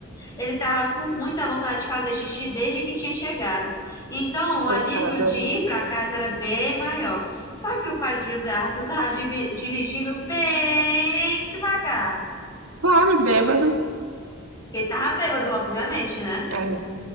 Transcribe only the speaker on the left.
Ele estava com muita vontade de fazer xixi desde que tinha chegado. Então, o alívio
de ir para casa era bem maior. Só que o pai de José Arthur estava dirigindo bem devagar.
Porque ele estava bêbado, obviamente, né?